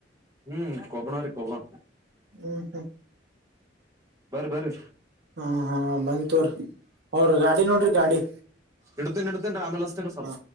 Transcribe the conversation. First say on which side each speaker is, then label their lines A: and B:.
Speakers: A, on the right (about 15°); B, on the right (about 60°).
A: ಹ್ಮ್ ಕೊಬಣ ರೀ ಕೊಬ್ಬಣ
B: ಹ್ಮ ಹ
A: ಬರಿ ಬರಿ
B: ಹ ಹಾ ಬಂತತೋರ್ ಅವ್ರ ಗಾಡಿ ನೋಡ್ರಿ ಗಾಡಿ
A: ಎಡ್ತನ ಇಡತನ್ ಆಮ್ಯಲ್ ಹಚಟಿನ್ರಿ ಸ್ವ
B: ಹಾ